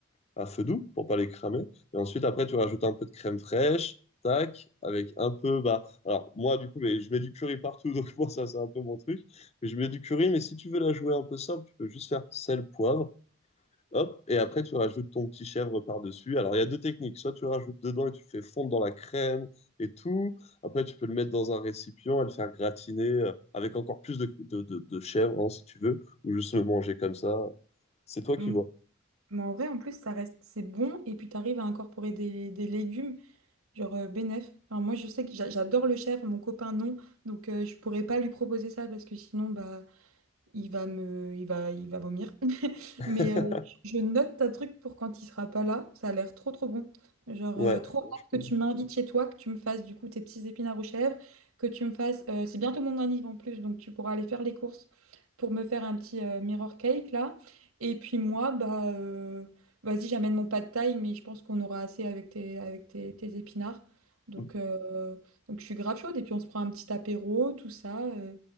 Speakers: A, on the left; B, on the right.
A: à feu doux pour pas les cramer. Et ensuite, après, tu rajoutes un peu de crème fraîche, tac, avec un peu, bah, alors moi, du coup, mais je mets du curry partout, donc <laughs> moi, ça, c'est un peu mon truc. Mais je mets du curry, mais si tu veux la jouer un peu simple, tu peux juste faire sel, poivre, hop, et après, tu rajoutes ton petit chèvre par-dessus. Alors, il y a deux techniques. Soit tu le rajoutes dedans et tu le fais fondre dans la crème et tout. Après, tu peux le mettre dans un récipient et le faire gratiner euh, avec encore plus de, de, de- de chèvre, hein, si tu veux, ou juste le manger comme ça. C'est toi
B: Mm.
A: qui vois.
B: Mais en vrai, en plus, ça reste, c'est bon. Et puis, tu arrives à incorporer des, des légumes. Genre euh, Bénef. Enfin, moi, je sais que j'a- j'adore le chef, mon copain non. Donc, euh, je pourrais pas lui proposer ça parce que sinon, bah, il va me, il va, il va vomir.
A: <laughs>
B: Mais euh, je note ta truc pour quand il sera pas là. Ça a l'air trop trop bon. Genre
A: Ouais,
B: euh, trop
A: franchement.
B: hâte que tu m'invites chez toi, que tu me fasses du coup tes petits épinards aux chèvres, que tu me fasses. euh, c'est bientôt mon anniv en plus, donc tu pourras aller faire les courses pour me faire un petit euh, mirror cake là. Et puis moi, bah euh, vas-y, j'amène mon pas de taille, mais je pense qu'on aura assez avec tes avec tes, tes épinards. Donc
A: Eh
B: euh, donc je suis grave chaude et puis on se prend un petit apéro, tout ça. euh.